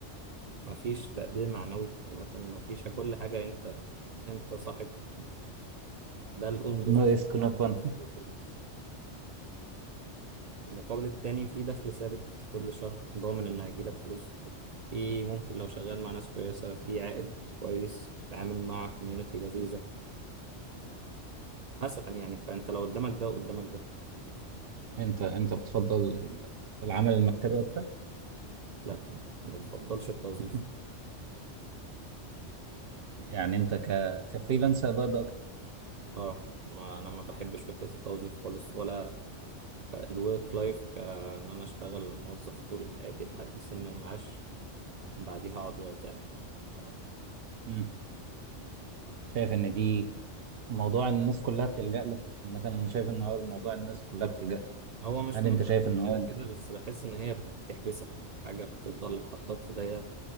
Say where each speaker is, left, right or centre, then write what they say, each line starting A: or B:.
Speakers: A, on the right; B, on the right.
A: مفيش تقدير معنوي عامة مفيش كل حاجة أنت أنت صاحبه ده الأون بيزنس
B: نو ريسك
A: بتاعك
B: نو فن
A: أنت صاحب البيزنس المقابل التاني في دخل ثابت كل شهر ضامن إن هيجيلك فلوس في ممكن لو شغال مع ناس كويسة في عائد كويس بتتعامل مع كوميونتي لذيذة مثلا يعني فأنت لو قدامك ده وقدامك ده
B: انت انت بتفضل ال- العمل المكتبي اكتر
A: لا ما بفضلش التوظيف
B: <laughs> يعني انت ك كفريلانسر برضه اكتر
A: اه ما أنا ما بحبش فكرة التوظيف خالص ولا الورك لايف كأن أنا أشتغل موظف طول حياتي لحد سن المعاش بعديها أقعد وأرتاح ف-
B: مم. شايف ان دي موضوع إن الناس كلها بتلجأ له مثلا انا شايف ان هو موضوع الناس كلها بتلجأ له
A: هو مش
B: هل
A: في مزاجهم
B: انت شايف ان هو
A: كده كده بس بحس إن هي بتحبسك حاجة بتفضل حطاك في دايرة